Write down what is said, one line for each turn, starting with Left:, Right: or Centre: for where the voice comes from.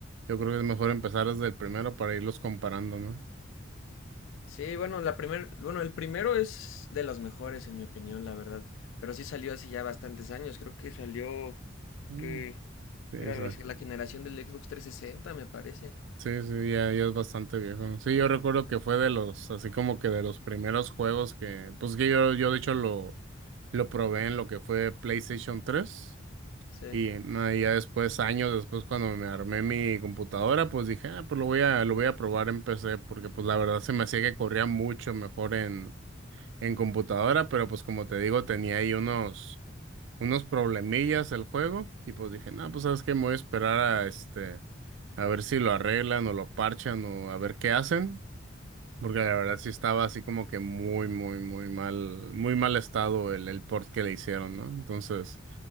Right: yo creo que es mejor empezar desde el primero para irlos comparando, ¿no?
Left: Sí, bueno, la primer, bueno, el primero es de los mejores en mi opinión, la verdad. Pero sí salió hace ya bastantes años, creo que salió
Right: Mm.
Left: que
Right: Sí,
Left: era
Right: esa-
Left: la, la generación del Xbox trescientos sesenta, me parece.
Right: sí, sí, ya, ya es bastante viejo. ¿no? Sí, yo recuerdo que fue de los, así como que de los primeros juegos que, pues que yo, yo de hecho lo, lo probé en lo que fue PlayStation tres
Left: Sí.
Right: Y no, y ya después, años después, cuando me armé mi computadora, pues dije, ah, pues lo voy a, lo voy a probar en PC, porque pues la verdad se me hacía que corría mucho mejor en, en computadora, pero pues como te digo, tenía ahí unos, unos problemillas el juego, y pues dije, no, pues sabes qué, me voy a esperar a este, a ver si lo arreglan o lo parchan o a ver qué hacen, porque la verdad sí estaba así como que muy, muy, muy mal, muy mal estado el, el port que le hicieron, ¿no? Entonces...